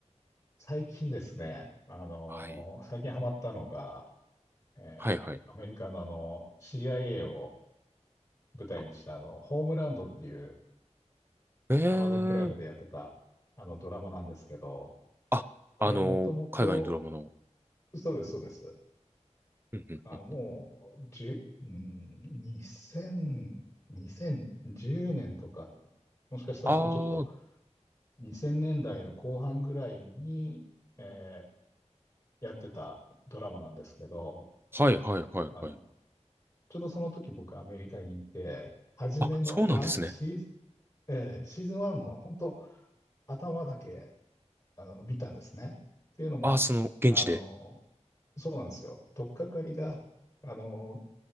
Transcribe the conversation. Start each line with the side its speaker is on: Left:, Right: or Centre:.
Left: 最近ですね、あのー最近ハマったのが、
Right: はい。
Left: えーアメリカのあの、
Right: はいはい。
Left: CIA を舞台にしたあの、ホームランドっていう
Right: えー、
Left: Amazon プライムでやってたあのドラマなんですけど、
Right: あ、
Left: これもともと、
Right: あの、海外のドラマの。
Left: そうです、そうです。
Right: うんうんうん。
Left: あの、もう、じゅ、うん、2000、2010年とか、もしかしたらもうちょっと
Right: ああ、は
Left: 2000年代の後半ぐらいに、えやってたドラマなんですけど、
Right: いはいはいはい。
Left: あの、ちょうどその時僕アメリカに行って、初めのワンシーズ
Right: あ、そうなんですね。
Left: ン、えーシーズン1の本当頭だけあの見たんですね。っていうのも、
Right: あその、現地で。
Left: あの、そうなんですよ。取っかかりが、あの、